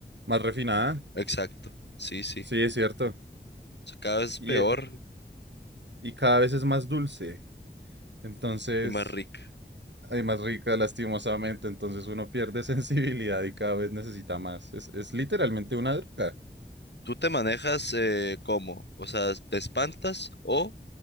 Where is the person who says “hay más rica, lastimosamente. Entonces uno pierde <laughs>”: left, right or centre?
Right